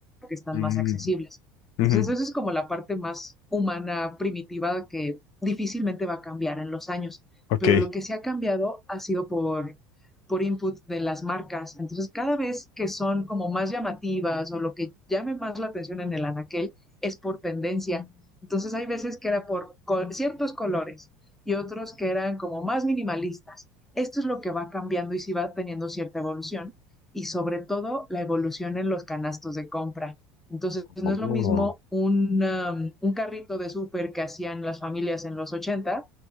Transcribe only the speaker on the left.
Mm.
ujú,
Ok.
Oh.